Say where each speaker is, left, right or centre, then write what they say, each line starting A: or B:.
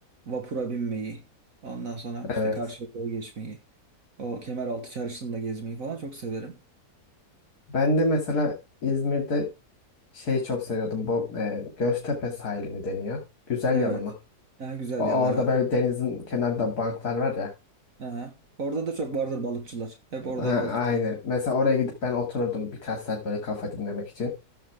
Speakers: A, on the right; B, on the left.
A: vapura binmeyi, ondan sonra işte
B: Evet.
A: Karşıyaka'ya geçmeyi, o Kemeraltı Çarşısı'nda gezmeyi falan çok severim.
B: Ben de mesela İzmir'de şey çok seviyordum. Bu e, Göztepe sahili mi deniyor? Güzel
A: Evet.
B: Yalı mı?
A: Ha, güzel
B: O-
A: yalı
B: Orada
A: evet.
B: böyle denizin kenarında banklar var ya.
A: Aha. Orada da çok vardır balıkçılar. Hep orada
B: Ha,
A: balık tutarlar.
B: aynen. Mesela oraya gidip ben otururdum birkaç saat böyle kafa dinlemek için.